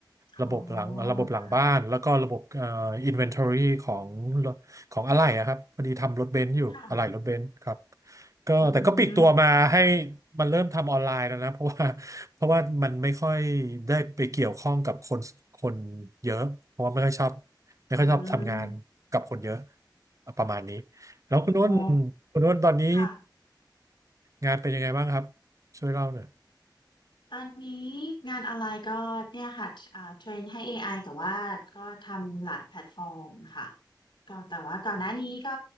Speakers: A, on the left; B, on the right.
A: อ๋อ
B: ระบบหลังระบบหลังบ้านแล้วก็ระบบเอ่ออินเวนทอรี่ของ
A: ค่ะ
B: ของอะไหล่อะครับพอดีทำรถเบนซ์อยู่อะไหล่รถเบนซ์ครับ
A: ค่ะ
B: ก็แต่ก็ปลีกตัวมาให้
A: อืม
B: มันเริ่มทำออนไลน์แล้วนะเพราะว่า เพราะว่ามันไม่ค่อยได้ไปเกี่ยวข้องกับคนคนเยอะเพราะว่าไม่ค่อยชอบไม่ค่อยชอบทำงานกับคนเยอะ
A: อืม
B: ประมาณนี้แล้วคุณนุ่น
A: อ๋อ
B: คุณนุ้นตอนนี้
A: ค่ะ
B: งานเป็นยังไงบ้างครับช่วยเล่าหน่อย
A: ตอนนี้งานออนไลน์ก็เนี่ยค่ะอ่าเทรนให้ AI แต่ว่าก็ทำหลายแพลตฟอร์มค่ะก็แต่ว่าก่อนหน้านี้ก็